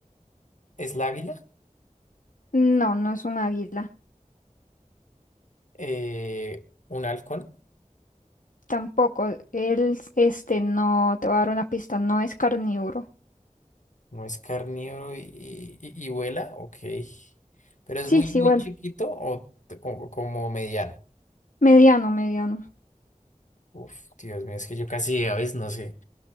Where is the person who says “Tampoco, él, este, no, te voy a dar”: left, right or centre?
Left